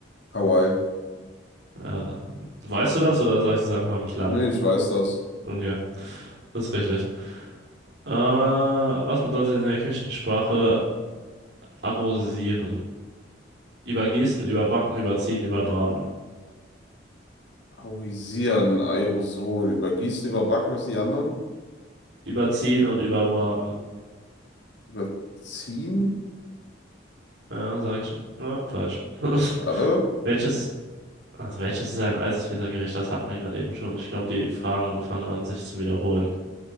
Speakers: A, on the left; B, on the right.
A: Hawaii.
B: Äh, weißt du das oder sagst du es einfach im Klang?
A: Nee, ich weiß das.
B: Okay, das ist richtig. Äh, was bedeutet in der Küchensprache arrosieren? Übergießen, überbacken, überziehen, überbraten.
A: Aurisieren, Aerosol. Übergießen, überbacken, was die anderen?
B: Überziehen und überbraten.
A: Überziehen?
B: Ja, sag ich. Ja, falsch. <laughs>
A: Schade.
B: Welches, also welches ist ein altes Pizza-Gericht? Das hatten wir gerade eben schon. Ich glaube, die Fragen fangen an, sich zu wiederholen.